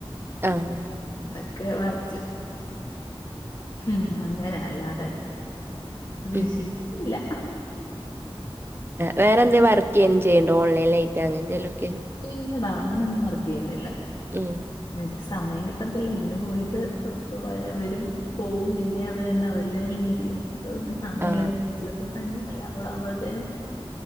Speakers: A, on the right; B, on the left.
A: ആഹ്
B: അതൊക്കെ വായിച്ചു ഉം അങ്ങനെ അല്ലാതെ പ്രതീക്ഷിക്കില്ല
A: ഉം വേറെ എന്ത വർക്ക് ചെയ്യണ്ടോ ഓൺലൈനായിട്ട് അങ്ങനെന്തെലുക്കെ
B: ഇല്ലടാ അങ്ങനൊന്നും വർക്ക് ചെയ്യുന്നില്ല
A: ഉം
B: അത് സമയം കിട്ടത്തില്ല ഇതിന് പോയിട്ട് വര വരും പോവും പിന്നെ അത് തന്നെ അതല്ല <unintelligible> <unintelligible> പിന്നെ സമയില്ല
A: ആ
B: വീട്ടിലത്തെ പണി എല്ലാം കൂടെ ആവുമ്പോഴത്തേന്